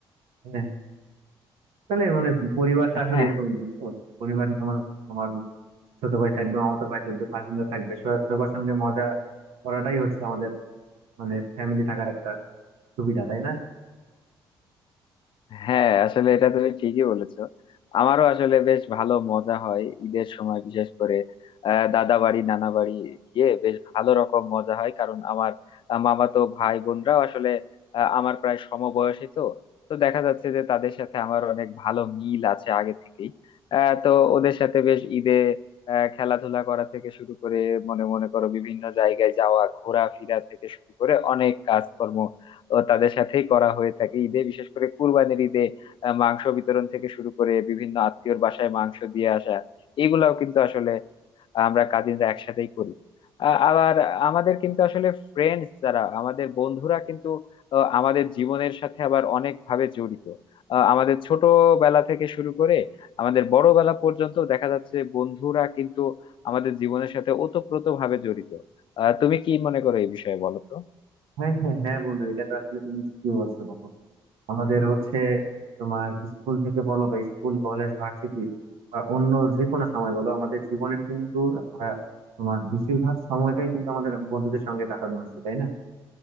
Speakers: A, on the right (about 85°); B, on the left (about 60°).
A: হ্যাঁ তাহলে মানে পরিবারটা আসলে
B: হ্যাঁ
A: এরকমই বুঝছো পরিবারে তোমার তোমার ছোট ভাই থাকবে মামাতো ভাই থাকবে কাজিনরা থাকবে সবার সবার সঙ্গে মজা করাটাই হচ্ছে আমাদের মানে ফ্যামিলি থাকার একটা সুবিধা তাই না
B: হ্যাঁ আসলে এটা তুমি ঠিকই বলেছো আমারও আসলে বেশ ভালো মজা হয় ঈদের সময় বিশেষ করে আহ, দাদা বাড়ি নানা বাড়ি গিয়ে বেশ ভালো রকম মজা হয় কারণ আমার আহ, মামাতো ভাই বোনরাও আসলে আহ, আমার প্রায় সমবয়সী তো তো দেখা যাচ্ছে যে তাদের সাথে আমার অনেক ভালো মিল আছে আগে থেকেই আহ, তো ওদের সাথে বেশ ঈদে আহ, খেলাধুলা করা থেকে শুরু করে মনে মনে করো বিভিন্ন জায়গায় যাওয়া ঘোরাফেরা থেকে শুরু করে অনেক কাজকর্ম তো তাদের সাথেই করা হয়ে থাকে ঈদে বিশেষ করে কুরবানির ঈদে আহ, মাংস বিতরণ থেকে শুরু করে বিভিন্ন আত্মীয়র বাসায় মাংস দিয়ে আসা এইগুলাও কিন্তু আসলে আমরা কাজিনরা একসাথেই করি আ- আবার আমাদের কিন্তু আসলে ফ্রেন্ডস যারা আমাদের বন্ধুরা কিন্তু আহ, আমাদের জীবনের সাথে আবার অনেক ভাবে জড়িত আহ, আমাদের ছোটবেলা থেকে শুরু করে আমাদের বড়বেলা পর্যন্ত দেখা যাচ্ছে বন্ধুরা কিন্তু আমাদের জীবনের সাথে ওতপ্রোত ভাবে জড়িত আহ তুমি কি মনে করো এই বিষয়ে বলো তো
A: হ্যাঁ হ্যাঁ হ্যাঁ বন্ধু এটা তো আসলে তুমি ঠিকই বলছো দেখো আমাদের হচ্ছে তোমার স্কুল থেকে বলো বা স্কুল কলেজ ভার্সিটি বা অন্য যে কোনো সময় বলো আমাদের জীবনের কিন্তু আহ, তোমার বেশিরভাগ সময়টাই কিন্তু আমাদের বন্ধুদের সঙ্গে কাটানো হয়েছে তাই না